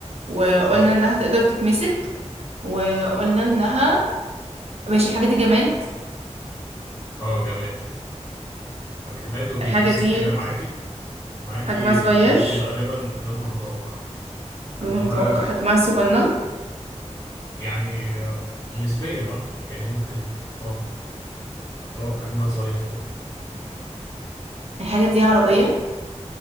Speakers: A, on the right; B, on the left.
A: وقلنا
B: أه
A: إنها تقدر تتمسك وقلنا إنها ماشي الحاجة دي جماد
B: أه جماد فجماد وبيتمسك
A: الحاجة دي
B: كده معاكي ومعاكي
A: حجمها صغير
B: ممكن غالبا لونها متوقع حجمها
A: لونها متوقع حجمها صغنن
B: يعني آه، نسبيا أه يعني ممكن أه أه حجمها صغير
A: الحاجة دي عربية